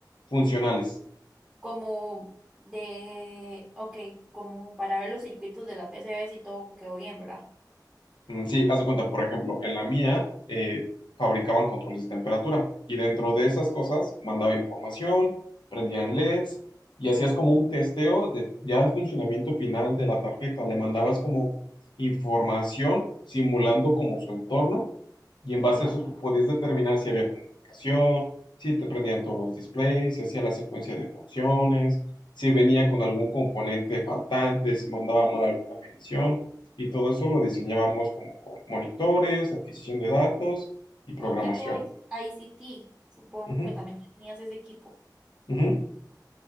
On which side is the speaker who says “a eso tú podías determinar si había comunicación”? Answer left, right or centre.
Left